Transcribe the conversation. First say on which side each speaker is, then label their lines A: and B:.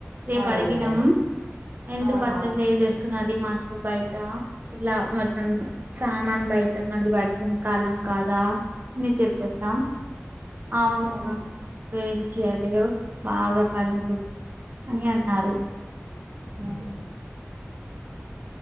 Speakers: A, on the right; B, on the right.
A: రేపు
B: అరే
A: అడిగినం
B: అరే అరే
A: ఎందుకు
B: ఆహా
A: అట్ల తెజేస్తున్నది మా బయట ఇలా మొత్తం
B: ఉహు.
A: సామాన్ బ పెట్నం వర్షం కాలం కాదా అని చెపేసాం అవును
B: ఉహు.
A: ఏం చేయాల బాగా పనులు అని అన్నారు
B: ఉమ్